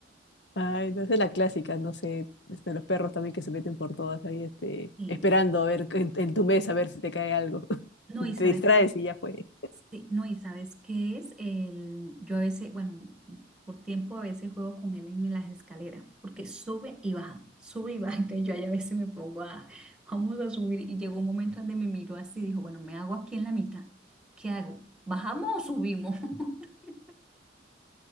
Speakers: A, on the left; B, in the centre.
A: Ay, no sé la clásica, no sé, este, los perros también que se meten por todas ahí, este,
B: Sí.
A: esperando a ver en, en tu mesa a ver si te cae algo. <laughs>
B: No, y sabes,
A: Te distraes y ya fue.
B: Sí, no, y sabes qué es el, yo a veces, bueno, por tiempo a veces juego con él en las escaleras, porque sube y baja, sube y baja, <laughs> entonces yo ahí a veces me pongo a, vamos a subir, y llegó un momento donde me miró así, dijo, bueno, me hago aquí en la mitad, ¿qué hago? ¿Bajamos o subimos? <laughs>